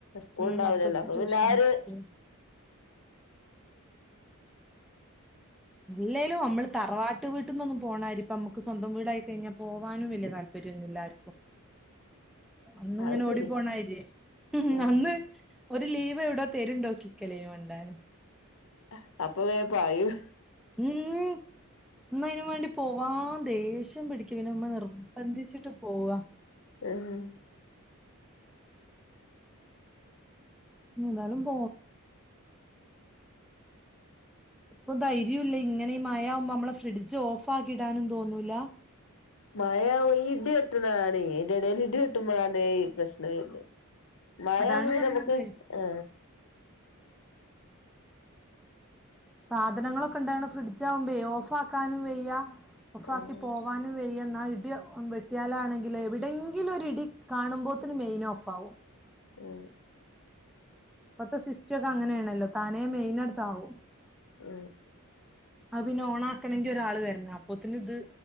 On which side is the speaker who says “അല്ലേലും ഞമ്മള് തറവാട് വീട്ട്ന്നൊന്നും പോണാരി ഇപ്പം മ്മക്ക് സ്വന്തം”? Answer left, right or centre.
Centre